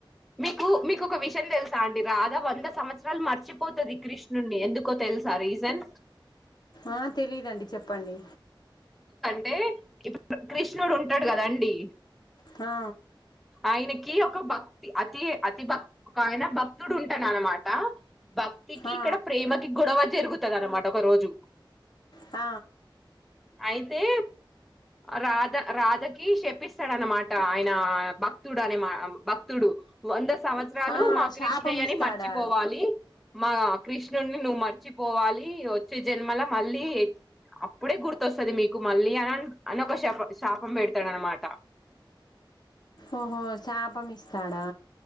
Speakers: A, in the centre; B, on the left.
A: మీకు మీకు క ఒక విషయం తెలుసా అండి రాధా వంద సంవత్సరాలు మర్చిపోతుది కృష్ణుడిని ఎందుకో తెలుసా రీజన్
B: ఆ తెలిదండి చెప్పండి
A: అతే ఇప్పుడు కృష్ణుడు ఉంటాడు కదాండి
B: హా
A: ఆయనకి ఒక భక్తి అతి అతి భక్తి ఒక ఆయన భక్తుడు ఉంటాన అనమాట భక్తికి
B: ఆ
A: ఇక్కడ ప్రేమకి గొడవ జరుగుతుంది అనమాట ఒక రోజు
B: ఆ
A: అయితే రాధ రాధకి షపిస్తాడన్నమాట ఆయన భక్ భక్తుడు మా భక్తుడు వంద సంవత్సరాలు
B: ఆ ఆ
A: మా
B: శాపం
A: కృష్ణయ్యని
B: ఇస్తాడా
A: మర్చిపోవాలి మా కృష్ణుడిని నువ్వు మర్చిపోవాలి వచ్చే జన్మలా మళ్ళీ అప్పుడే గుర్తు వస్తుంది మీకు మళ్ళీ అని అని ఒక శాపం పెడతాడు అనమాట
B: ఓహో శాపం ఇస్తాడా